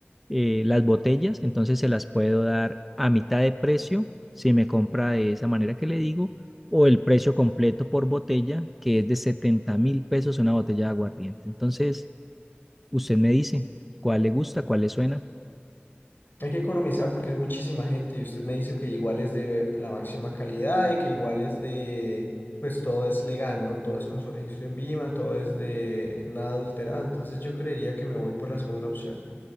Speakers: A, in the centre; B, on the left.
A: eh, las botellas, entonces se las puedo dar a mitad de precio si me compra de esa manera que le digo, o el precio completo por botella, que es de setenta mil pesos una botella de aguardiente. Entonces, usted me dice cuál le gusta, cuál le suena.
B: Hay que economizar porque es muchísima gente y usted me dice que igual es de la máxima calidad y que igual es de, pues todo es legal, ¿no? Todo es con su registro en Vima, todo es de nada adulterado, entonces yo creería que me voy por la segunda opción.